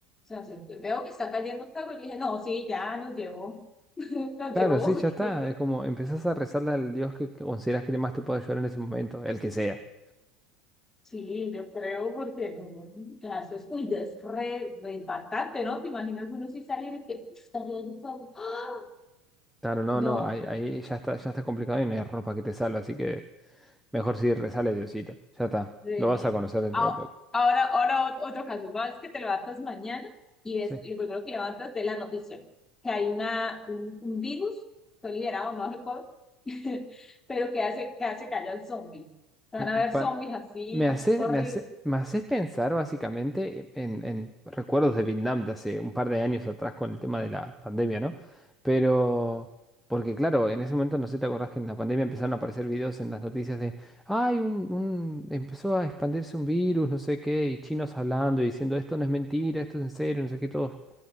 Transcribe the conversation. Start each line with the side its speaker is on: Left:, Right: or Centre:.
Left: sea, se- veo que está cayendo fuego y dije, no, sí, ya nos llevó. <laughs> Nos
Centre: Claro,
Left: llevó.
Centre: sí, ya está.
Left: nos-
Centre: Es como empezás a rezarle al Dios que que consideras que más te puede ayudar en ese momento, el que sea.
Left: Sí, yo creo, porque no, ya eso es muy des- re, re impactante, ¿no? Te imaginas uno si salir y que "Uf, está cayendo fuego. ¡Ah!
Centre: Claro, no,
Left: No,
Centre: no, ahí, ahí ya está, ya está complicado y no hay ropa que te salve, así que mejor si rezale a Diosito. Ya está,
Left: Sí,
Centre: lo
Left: no.
Centre: vas a conocer dentro
Left: Ah,
Centre: de poco.
Left: Ahora, ahora ot- otro caso, vas que te levantas mañana y
Centre: Sí.
Left: es lo primero que levantas de la noticia, que hay una, un, un virus, fue liberado, no recuerdo, <laughs> pero que hace, que hace que hayan zombies. Van
Centre: Eh,
Left: a haber
Centre: pa-
Left: zombies así,
Centre: me haces,
Left: horribles,
Centre: me hace, me haces pensar básicamente en, en recuerdos de Vietnam de hace un par de años atrás con el tema de la pandemia, ¿no? Pero, porque claro, en ese momento no sé, ¿te acordás que en la pandemia empezaron a aparecer videos en las noticias de, ay, un, un- empezó a expandirse un virus, no sé qué, y chinos hablando y diciendo, esto no es mentira, esto es en serio, no sé qué, todo.